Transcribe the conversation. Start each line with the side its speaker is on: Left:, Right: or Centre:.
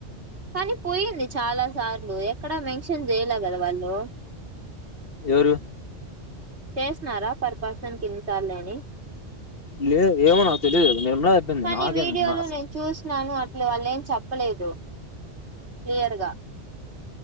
Right: కానీ పోయింది చాలా సార్లు ఎక్కడ వెం షన్ జయలగద వాళ్ళు
Left: ఎవరు
Right: చేసినారా పర్ పర్సన్ కి ఇన్నిసార్లు అని
Left: లేద్ ఏమో నాకు తెలీదు నేను ఉన్న చెప్పింది
Right: కానీ
Left: నాకేం
Right: వీడియోలు
Left: నా
Right: నేను చూస్తున్నాను అట్లు వాళ్ళే ఏం చెప్లా చెప్పలేదు క్లియర్గా